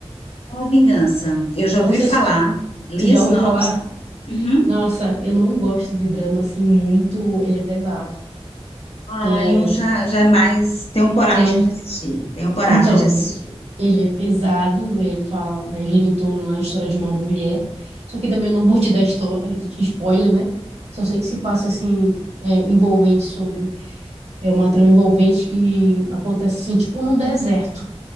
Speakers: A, on the left (about 70°); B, on the right (about 85°).
A: A vingança. Eu já
B: Não
A: ouvi
B: sei
A: falar,
B: se tu,
A: li
B: tu já
A: a sinopse.
B: ouviu falar.
A: Uhum.
B: Nossa, eu não gosto de drama assim muito. Ele é pesado.
A: Ah,
B: Tem aí.
A: eu já, já é mais tenho coragem
B: É,
A: de assistir. Tenho coragem
B: então,
A: de assistir.
B: ele é pesado, ele fala, gira em torno da história de uma mulher. Só que também eu não vou te dar histo- spoiler, né? Só sei que se passa assim, é, envolvente sobre É uma trama envolvente que acontece assim, tipo num deserto.